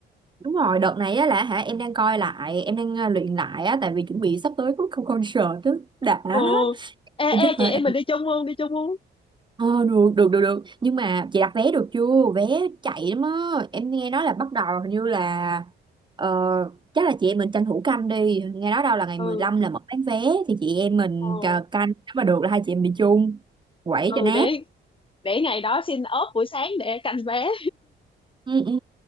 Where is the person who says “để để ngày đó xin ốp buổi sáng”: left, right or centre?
Left